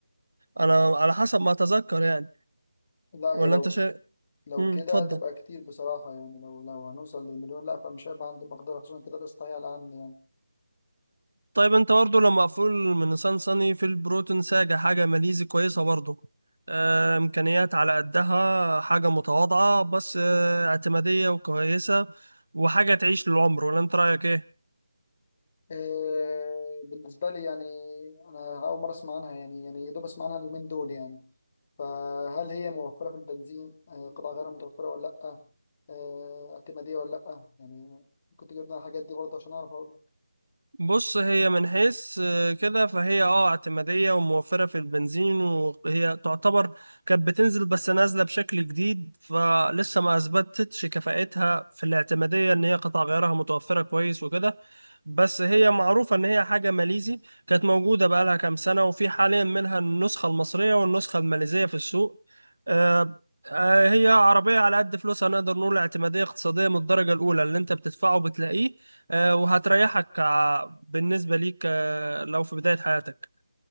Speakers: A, on the right (about 85°); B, on the left (about 30°).
A: أنا على حسب ما أتذكر يعني
B: لا
A: ولا
B: هي لو
A: أنت
B: ك...
A: شيء؟
B: لو
A: اتفضل
B: كده هتبقى كتير بصراحة يعني لو لو هنوصل للمليون لا فمش هيبقى عندي مقدرة خصوصا كده القسط هي على عني يعني
A: طيب انت برضه لو مقفول من نيسان صني في البروتون ساجة حاجة ماليزي كويسة برضه آه، إمكانيات على قدها حاجة متواضعة بس آه، اعتمادية وكويسة وحاجة تعيش للعمر ولا انت رأيك ايه؟
B: إيه بالنسبة لي يعني أنا أول مرة أسمع عنها يعني يعني يا دوب أسمع عنها اليومين دول يعني فهل هي موفرة في البنزين آه، قطع غيرها متوفرة ولا لأ آه، اعتمادية ولا لأ يعني كنت جبنا الحاجات دي برضه عشان أعرف أقول لك.
A: بص هي من حيث آه، كده فهي اه اعتمادية وموفرة في البنزين وهي تعتبر كانت بتنزل بس نازلة بشكل جديد فلسه ما اثبتتش كفاءتها في الاعتمادية ان هي قطع غيارها متوفرة كويس وكده بس هي معروفة ان هي حاجة ماليزي كانت موجودة بقالها كام سنة وفي حاليا منها النسخة المصرية والنسخة الماليزية في السوق آه، آه، هي عربية على قد فلوسها نقدر نقول اعتمادية اقتصادية من الدرجة الأولى اللي أنت بتدفعه بتلاقيه آه، وهتريحك ع- بالنسبة ليك آه، لو في بداية حياتك